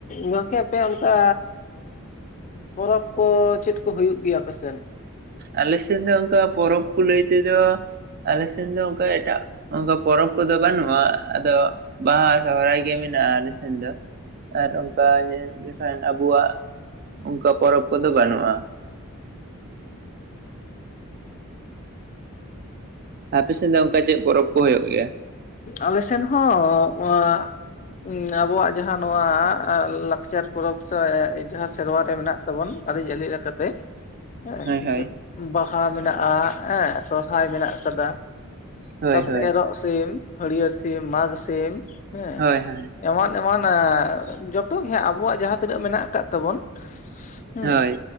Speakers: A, on the left; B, on the right.
A: ᱜᱚᱝᱠᱮ ᱟᱯᱮᱭᱟᱜ ᱚᱝᱠᱟ ᱯᱚᱨᱚᱵᱽ ᱠᱚ ᱪᱮᱫ ᱠᱚ ᱦᱩᱭᱩᱜ ᱜᱮᱭᱟ ᱟᱯᱮ ᱥᱮᱫ?
B: ᱟᱞᱮ ᱥᱮᱱ ᱫᱚ ᱚᱝᱠᱟ ᱯᱚᱨᱚᱵᱽ ᱠᱚ ᱞᱟᱹᱭ ᱛᱮᱫᱚ ᱟᱞᱮ ᱥᱮᱱ ᱫᱚ ᱚᱝᱠᱟ ᱮᱴᱟᱜ ᱚᱝᱠᱟ ᱯᱚᱨᱚᱵᱽ ᱠᱚᱫᱚ ᱵᱟᱹᱱᱩᱜᱼᱟ ᱟᱫᱚ ᱵᱟᱦᱟ, ᱥᱚᱦᱨᱟᱭ ᱜᱮ ᱢᱮᱱᱟᱜᱼᱟ ᱟᱞᱮ ᱥᱮᱱ ᱫᱚ᱾ ᱟᱨ ᱚᱝᱠᱟ ᱧᱮᱞ ᱞᱮᱠᱷᱟᱱ ᱟᱵᱚᱣᱟᱜ ᱚᱝᱠᱟ ᱯᱚᱨᱚᱵᱽ ᱠᱚᱫᱚ ᱵᱟᱹᱱᱩᱜᱼᱟ᱾ ᱟᱯᱮ ᱥᱮᱱ ᱫᱚ ᱚᱝᱠᱟ ᱪᱮᱜ ᱯᱚᱨᱚᱵᱽ ᱠᱚ ᱦᱩᱭᱩᱜ ᱜᱮᱭᱟ?
A: ᱟᱞᱮ ᱥᱮᱱ ᱦᱚᱸ ᱚᱸ ᱩᱸ ᱟᱵᱚᱣᱟᱜ ᱡᱟᱦᱟᱸ ᱱᱚᱣᱟ ᱮᱸ ᱞᱟᱠᱪᱟᱨ ᱯᱚᱨᱚᱵᱽ ᱥᱮ ᱡᱟᱦᱟᱸ ᱥᱮᱨᱣᱟ ᱨᱮ ᱢᱮᱱᱟᱜ ᱛᱟᱵᱚᱱ ᱟᱹᱨᱤ ᱪᱟᱹᱞᱤ ᱞᱮᱠᱟᱛᱮ᱾ ᱦᱮᱸ
B: ᱦᱳᱭ
A: ᱮᱱᱛᱮ
B: ᱦᱳᱭ
A: ᱵᱟᱦᱟ ᱢᱮᱱᱟᱜᱼᱟ ᱮᱸ ᱥᱚᱦᱨᱟᱭ ᱢᱮᱱᱟᱜ ᱠᱟᱫᱟ᱾
B: ᱦᱳᱭ
A: ᱛᱟᱯᱚᱨᱮ
B: ᱦᱳᱭ
A: ᱮᱨᱚᱜ ᱥᱤᱢ, ᱦᱟᱹᱲᱭᱟᱹᱲ ᱥᱤᱢ, ᱢᱟᱜᱽ ᱥᱤᱢ ᱦᱮᱸ᱾
B: ᱦᱳᱭ ᱦᱳᱭ
A: ᱮᱢᱟᱱ ᱮᱢᱟᱱᱮᱟ ᱡᱚᱛᱚ ᱜᱮ ᱦᱟᱸᱜ ᱟᱵᱚᱣᱟᱜ ᱡᱟᱦᱟ ᱛᱤᱱᱟᱹᱜ ᱢᱮᱱᱟᱜ ᱠᱟᱜ ᱛᱟᱵᱚᱱ ᱦᱩᱸ
B: ᱦᱳᱭ